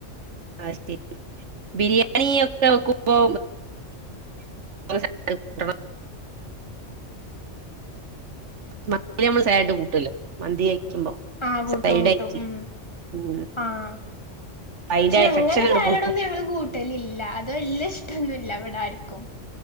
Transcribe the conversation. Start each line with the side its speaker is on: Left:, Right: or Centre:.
Right: ആ ശരി ബിരിയാണി ഒക്കെക്ക അപ്പ വ മതി നമ്മൾ സായിട്ട് കൂട്ടല്ലോ മന്തി കഴിക്കുമ്പോ
Left: ആഹ കൂട്ടും
Right: സൈഡ്
Left: കൂട്ടും
Right: ആയിട്ട്
Left: ഉ
Right: ഉം
Left: ആഹ
Right: അതിന്റെ
Left: പക്ഷെ
Right: എഫെക്ഷൻ
Left: അങ്ങനെ
Right: അങ്ങട്
Left: സാലഡൊന്നും
Right: പോയിപ്പോ
Left: ഞങ്ങള് കൂട്ടലില്ല അത എല്ല ഇഷ്ടംൊന്നും എല്ലവട ആായിരിക്കും